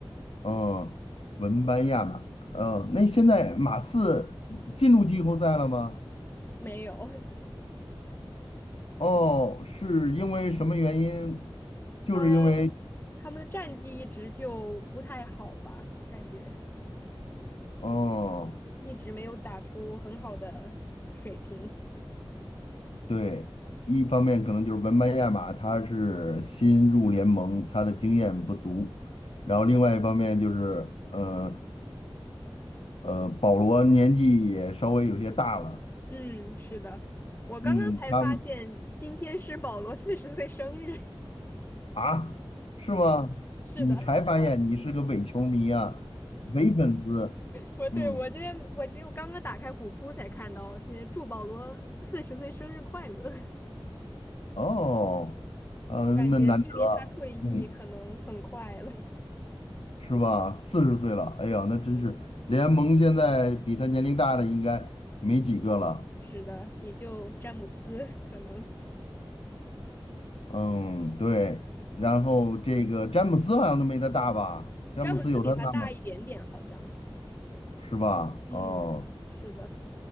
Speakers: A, on the left; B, on the left.
A: 嗯，文班亚马，嗯，那现在马刺进入季后赛了吗？
B: 没有。
A: 哦，是因为什么原因？就是因为，
B: 呃，他们的战绩一直就不太好吧，感觉
A: 嗯，
B: 一直没有打出很好的水平。
A: 对，一方面可能就是文班亚马他是新入联盟，他的经验不足，然后另外一方面就是，呃呃，保罗年纪也稍微有些大了，
B: 嗯，是的，我刚刚才发现今天是保罗四十岁生日。
A: 嗯，他啊，是吗？
B: <laughs> 是的，
A: 你才发现你是个伪球迷啊，伪粉丝。
B: 我对我今天我今天我刚刚打开虎扑才看到，
A: 嗯，
B: 今天祝保罗四十岁生日快乐。<laughs>
A: 哦，呃，
B: 我感觉距离他退役可能很快了。
A: 那难得，嗯，是吧？四十岁了，哎呀，那真是联盟现在比他年龄大的应该没几个了。
B: 嗯，是的，也就詹姆斯可能，
A: 嗯，对。然后这个詹姆斯好像都没他大吧？詹姆斯有他大吗？
B: 詹姆斯比他大一点点，好像。
A: 是吧？
B: 嗯，
A: 哦，
B: 是的，